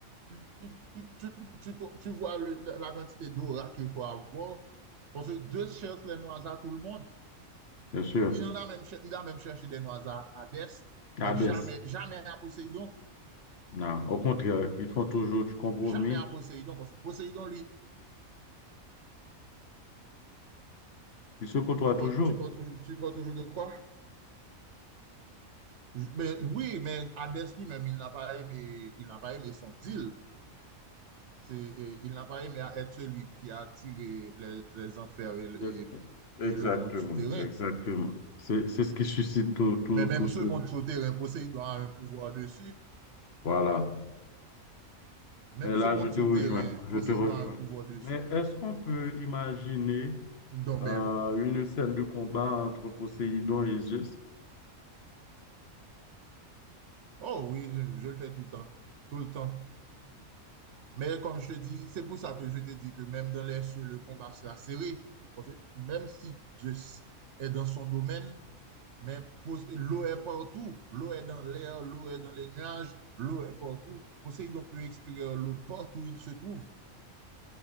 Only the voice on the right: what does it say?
tu, tu, tu, tu, tu, tu vois le- la la quantité d'aura qu'il faut avoir. Parce que Zeus cherche les noises à tout le monde.
Il en a même, cher- il a même cherché des noises à Hadès,
mais jamais, jamais à Poséidon.
Jamais à Poséidon, parce que Poséidon, lui,
tu
parles, tu parles tu parles toujours de quoi? Je- Ben, oui, mais Hadès lui-même, il n'a pas aimé, il n'a pas aimé son deal. C'est, et il n'a pas aimé être celui qui a attiré les, les enfers et,
et-
et le monde souterrain.
Mais même
ce monde Ouais. souterrain, Poséidon a un pouvoir dessus.
Même
ce monde
souterrain,
Poséidon
a un pouvoir dessus.
Donc,
ben,
oh oui, je, je le fais tout le temps. Tout le temps. Mais comme je te dis, c'est pour ça que je te dis que même dans les cieux, le combat sera serré. Parce que même si Dieu est dans son domaine, mais l'eau est partout. L'eau est dans l'air, l'eau est dans les nuages, l'eau est partout. Poséidon peut extraire l'eau partout où il se trouve.